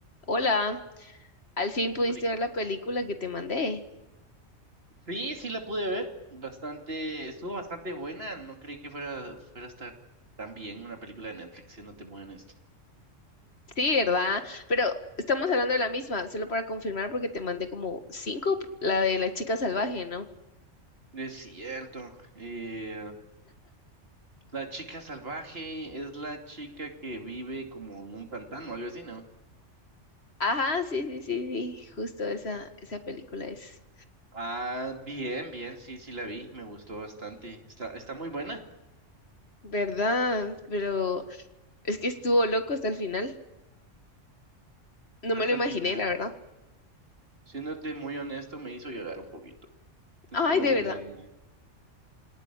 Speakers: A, on the left; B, on the right.
A: Hola, al fin pudiste
B: Oli-
A: ver la película que te mandé.
B: Sí, sí la pude ver. Bastante, estuvo bastante buena. No creí que fuera, fuera a estar tan bien una película de Netflix, siéndote muy honesto.
A: Sí, ¿verdad? Pero estamos hablando de la misma, solo para confirmar porque te mandé como cinco, la de la chica salvaje, ¿no?
B: Es cierto. eh, la chica salvaje es la chica que vive como en un pantano, algo así, ¿no?
A: Ajá, sí, sí, sí, sí, justo esa, esa película es.
B: Ah, bien, bien, sí, sí la vi. Me gustó bastante. Está, está muy buena
A: ¿Verdad? Pero es que estuvo loco hasta el final. No
B: hasta
A: me lo imaginé,
B: el final.
A: la verdad.
B: Siéndote muy honesto, me hizo llorar un poquito. Estuvo
A: Ay, de verdad.
B: bueno.